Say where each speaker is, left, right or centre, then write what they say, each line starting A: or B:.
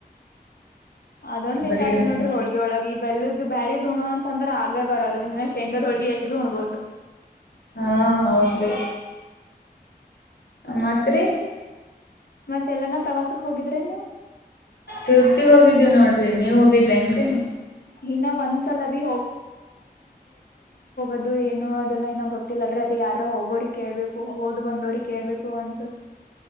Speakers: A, on the left; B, on the left.
A: ಅದೊಂದ
B: ಬರೀ
A: ಇಷ್ಟ ಆತತ್
B: ಇವನೇ
A: ನೋಡ್ರಿ ಹೋಳಿ ಒಳಗೆ ಬೆಲ್ಲದು ಬ್ಯಾಳಿ ಉುಣುವ ಅಂತಂದ್ರೆ ಆಗೇ ಬರದು ಇನ್ನ ಶೇಂಗಾದ ಹೊಳ್ಗಿ ಉುಣ್ಬಹದು
B: ಹಾ ಹೌದ್ರಿ ಮತ್ರಿ
A: ಮತ್ತೆ ಎಲ್ಲನ ಪ್ರವಾಸಕ್ ಹೋಗಿದ್ರೆ ನೀವು
B: ತೃತಿಗೆ ಹೋಗಿದ್ದೀವಿ ನೋಡ್ರಿ ನೀವು ಹೋಗಿದ್ದ್ರೇನ್ರರಿ
A: ಇನ್ನ ಒಂದ್ಸಲ ಬಿ ಅದು ಏನು ಅದೆಲ್ಲಏನೋ ಗೊತ್ತಿಲ್ಲಲ್ರಿ ಅದು ಯ ಎಲ್ಯರ ಹೋಗೋರಿಗೆ ಕೇಳ್ಬೇಕು ಹೋದ್ ಬಂದೋರಿಗ್ ಕೇಳ್ಬೇಕು ಅಂತ